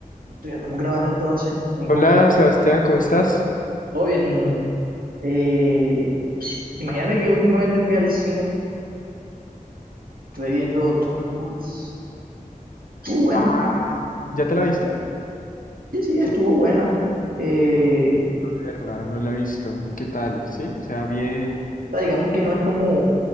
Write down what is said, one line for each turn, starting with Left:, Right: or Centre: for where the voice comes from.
Right: Listo, ya estamos grabando entonces, Nico.
Left: Hola Sebastián, ¿cómo estás?
Right: Todo bien. Eh, imagínate que últimamente fui al cine, estuve viendo Thunderbolts. Estuvo buena.
Left: Ah, ¿ya te la viste?
Right: Sí, sí, estuvo
Left: Sí,
Right: buena. Eh,
Left: verla, no la he visto. ¿Y qué tal? ¿Sí? O sea, bien.
Right: o sea, digamos que no es como,